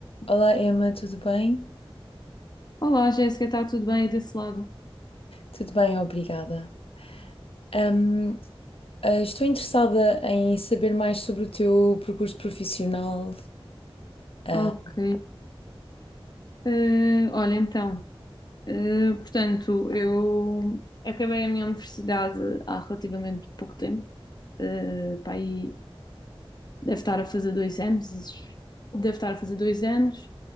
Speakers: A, on the left; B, on the left.
A: Olá, Emma, tudo bem?
B: Olá, Jéssica, está tudo bem aí desse lado?
A: Tudo bem, obrigada. Ahm, ah, estou interessada em saber mais sobre o teu percurso profissional. Ah,
B: Ok. Eh, olha, então, eh, portanto, eu acabei a minha universidade há relativamente pouco tempo. Eh, pá, aí deve estar a fazer dois anos. Deve estar a fazer dois anos.